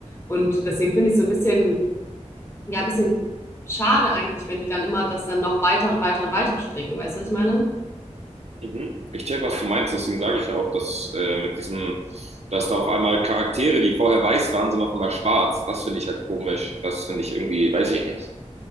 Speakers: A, on the left (about 20°); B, on the right (about 60°).
A: Und deswegen finde ich es so ein bisschen, ja, ein bisschen schade eigentlich, wenn die dann immer das dann noch weiter und weiter und weiter stricken. Weißt du, was ich meine?
B: Mhm. Ich check, was du meinst, deswegen sage ich ja auch, dass äh, mit diesem, dass da auf einmal Charaktere, die vorher weiß waren, sind auf einmal schwarz. Das finde ich halt komisch. Das finde ich irgendwie, weiß ich nicht.